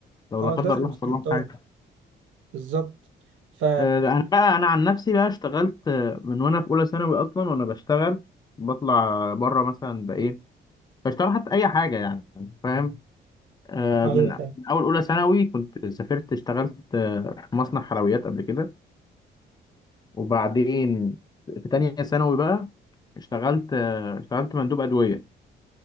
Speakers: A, on the left; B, on the right.
A: لو
B: اه
A: لا قدر
B: دسمة
A: الله حصل
B: استهتار
A: لهم حاجه
B: بالظبط ف
A: آه، انا بقى انا عن نفسي بقى اشتغلت آه، من وانا في اولى ثانوي اصلا وانا بشتغل بطلع بره مثلا بايه بشتغل حتى اي حاجه يعني فاهم آه،
B: ايوه
A: من من
B: فاهم
A: اول اولى ثانوي كنت سافرت اشتغلت آه، في مصنع حلويات قبل كده وبعدين في تانية ثانوي بقى اشتغلت آه، اشتغلت مندوب ادويه